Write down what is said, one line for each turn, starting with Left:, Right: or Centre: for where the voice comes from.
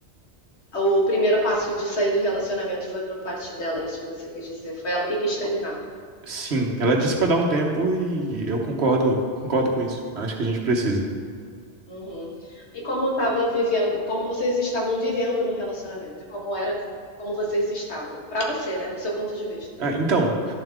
Left: O primeiro passo de sair do relacionamento foi por parte dela, é isso que você quis dizer. Foi ela que quis terminar.
Right: Sim, ela disse pra dar um tempo e eu concordo, concordo com isso. Acho que a gente precisa.
Left: Uhum. E como estava vivendo, como vocês estavam vivendo no relacionamento? Como era, como vocês estavam? Para você, né? Seu ponto de vista.
Right: Ah, então.